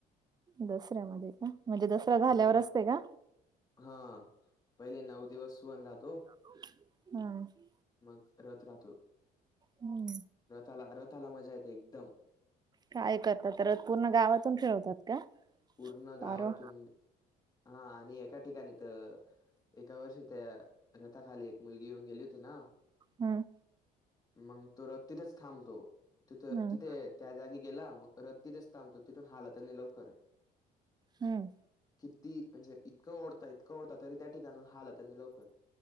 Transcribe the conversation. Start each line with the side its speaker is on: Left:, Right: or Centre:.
Right: दसऱ्यामध्ये का? म्हणजे दसरा झाल्यावर
Left: हम्म
Right: असते का?
Left: हा. पहिले नऊ दिवस सुवण राहतो.
Right: हम्.
Left: मग रथ राहतो.
Right: हम्म
Left: रथाला-रथाला मजा येते एकदम.
Right: काय करतात रथ? पूर्ण गावातून फिरवतात का?
Left: पूर्ण गावातून.
Right: पारो
Left: हा आणि एका ठिकाणी तर एका वर्षी त्या रथा खाली एक मुलगी येऊन गेली होती ना
Right: हम्म.
Left: मंग तो तिथेच थांबतो. तिथ-तिथे
Right: हम्म
Left: त्या जागी गेला, मग रथ तिथेच थांबतो. तिथून हालातच नाही लवकर.
Right: हम्म.
Left: किती? म्हणजे इतकं ओढता, इतकं ओढता, तरी त्या ठिकाणाहून हालतच नाही लवकर.